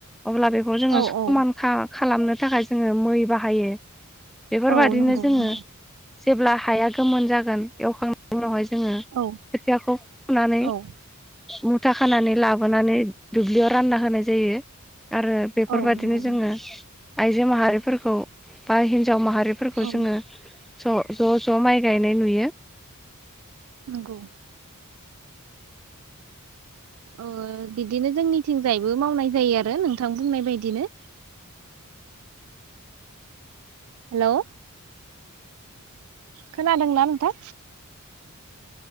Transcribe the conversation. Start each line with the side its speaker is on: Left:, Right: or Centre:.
Centre: अब्ला बे खौ जोङो
Right: औ
Centre: समानखा
Right: औ
Centre: खालामनो थाखाय जोङो मै बाहायो। बेफोरबादिनो
Right: औ नंगौ
Centre: जोङो।
Right: नंगौ
Centre: जेब्ला हाया गोमोन जागोन एवखांनायनि उनावहाय। जोङो
Right: औ
Centre: खोथियाखौ फुनानै
Right: औ
Centre: मुथा खानानै। लाबोनानै दुब्लियाव रानना होनाय जायो आरो। बेफोरबायदिनो
Right: औ नंगौ
Centre: जोङो आइजो माहारिफोरखौ बा हिनज जाव माहारिफोरखौ
Right: औ
Centre: जोङो ज' ज' ज' माइ गायनाय नुयो।
Right: नोंगौ। ओ बिदिनो जोंनिथिंजायबो मावनाय जायो आरो नोंथां बुंनाय बायदिनो। हेलौ। खोनादोंना नोंथां